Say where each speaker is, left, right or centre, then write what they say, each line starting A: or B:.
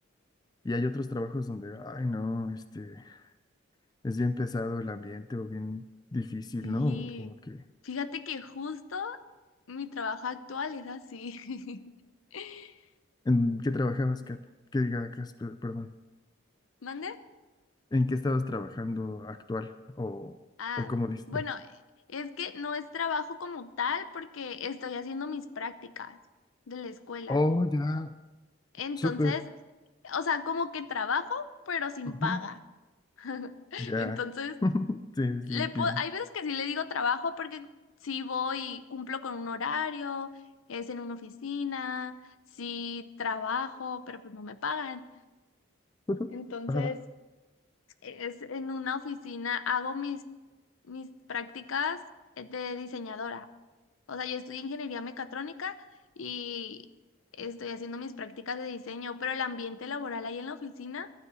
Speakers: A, on the left; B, on the left.
A: y hay otros trabajos donde, ay, no, este, es bien pesado el ambiente o bien difícil,
B: Y
A: ¿no? O como que,
B: fíjate que justo mi trabajo actual es así. <laughs>
A: ¿en qué trabajabas, Kat? Que diga, Cas, perdón.
B: ¿Mande?
A: ¿En qué estabas trabajando actual? ¿O,
B: Ah,
A: o cómo dices?
B: bueno, es que no es trabajo como tal porque estoy haciendo mis prácticas de la escuela.
A: Oh, ya,
B: Entonces,
A: súper.
B: o sea, como que trabajo, pero sin
A: ujú,
B: paga. <laughs>
A: Ya.
B: Entonces,
A: <laughs> Sí,
B: le
A: sí, sí, entiendo.
B: po- hay veces que sí le digo trabajo porque sí voy y cumplo con un horario, es en una oficina, sí trabajo, pero pues no me pagan.
A: <laughs>
B: Entonces,
A: Ajá,
B: es en una oficina, hago mis, mis prácticas de diseñadora. O sea, yo estudié ingeniería mecatrónica y estoy haciendo mis prácticas de diseño, pero el ambiente laboral ahí en la oficina